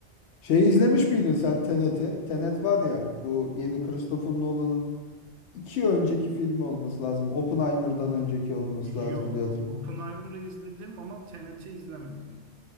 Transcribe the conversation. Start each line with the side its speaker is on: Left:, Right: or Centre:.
Left: Şeyi izlemiş miydin sen Tenet'i? Tenet var ya bu yeni Christopher Nolan'ın iki önceki filmi olması lazım. Oppenheimer'dan önceki olması
Right: Yok.
Left: lazım diye hatırlıyorum.
Right: Oppenheimer'ı izledim ama Tenet'i izlemedim.